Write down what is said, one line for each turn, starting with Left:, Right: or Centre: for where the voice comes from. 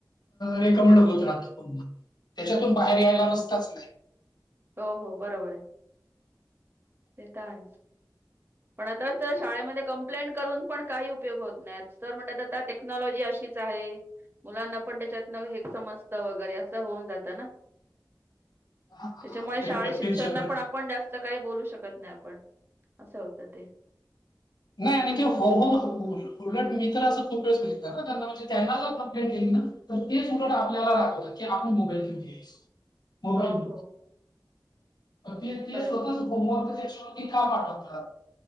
Right: हं.
Left: रेकमेंड होत राहत. त्याच्यातून बाहेर यायला रस्ताच नाही.
Right: हो हो बरोबर आहे. ते तर आहेच पण आताच तर शाळेमध्ये कंप्लेंट करून पण काही उपयोग होत नाही आता सर म्हणतात टेक्नॉलॉजी अशीच आहे मुलांना पण त्याच्यातनं समजत वगैरे असं होऊन जातं ना.
Left: आ-
Right: त्याच्यामुळे
Left: आता ते
Right: शाळे
Left: प्रत्येक
Right: शिक्षण
Left: जनरेशन
Right: पण आपण जास्त काही बोलू शक त नाही आपण असं होत ते.
Left: नाही आणि के हो हो उलट मी तर असं खूप वेळेस बघित ना त्यांना म्हणजे त्यांना जर कंप्लेंट केली ना तर तेच उलट आपल्याला रागवतात. कि आपण मोबाईल घयच मोबाईल
Right: हो, हो.
Left: ते ते
Right: बरोबर.
Left: स्वतःच होम वर्क त्याच्यावरती का पाठवतात